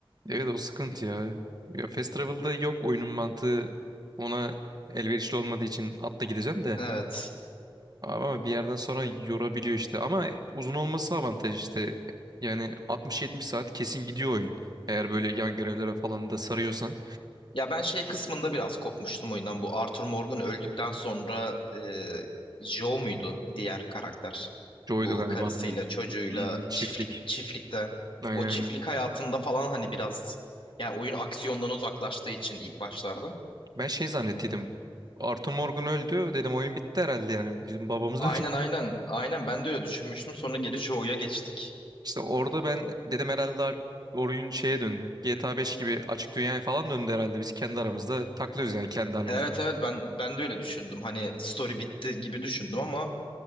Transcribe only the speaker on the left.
Evet.
Ya ben şey kısmında biraz kopmuştum oyundan. Bu Arthur Morgan öldükten sonra e, Joe muydu diğer karakter?
Bu
karısıyla
çocuğuyla
çiftlik çiftlikte.
O çiftlik
hayatında falan hani biraz ya oyun aksiyondan uzaklaştığı için ilk başlarda.
Aynen
aynen aynen ben de öyle düşünmüştüm. Sonra geri Joe'ya geçtik.
Evet evet ben ben de öyle düşündüm. Hani story bitti gibi düşündüm ama